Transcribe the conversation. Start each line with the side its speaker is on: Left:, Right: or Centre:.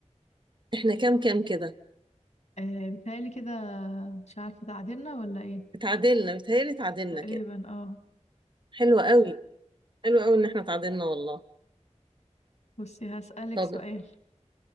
Right: احنا كام كام كده
Left: آه بتهيألي كده مش عارفة تعادلنا ولا ايه
Right: اتعادلنا بيتهيألي اتعادلنا
Left: تقريبا
Right: كده
Left: اه
Right: حلوة قوي حلوة قوي ان احنا اتعادلنا والله
Left: بصي هسألك
Right: طب
Left: سؤال